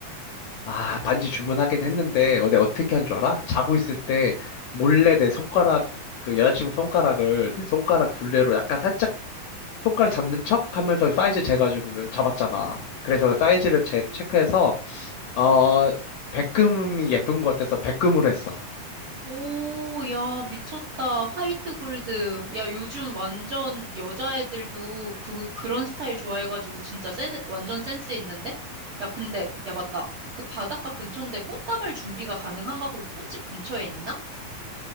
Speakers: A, on the left (about 75°); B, on the right (about 65°).
A: 아, 반지 주문하긴 했는데, 어제 어떻게 한 줄 알아? 자고 있을 때, 몰래 내 손가락, 그 여자친구 손가락을 내 손가락 둘레로 약간 살짝 손가락 잡는 척 하면서 사이즈 재가지고 잡았잖아. 그래서 사이즈를 체, 체크해서, 어, 백금이 예쁜 것 같아서 백금으로 했어.
B: 오, 야, 미쳤다. 화이트 골드. 야, 요즘 완전 여자애들도 그, 그런 스타일 좋아해가지고 진짜 센, 완전 센스 있는데? 야, 근데, 야, 맞다. 그 바닷가 근처인데 꽃다발 준비가 가능한가? 거기 꽃집 근처에 있나?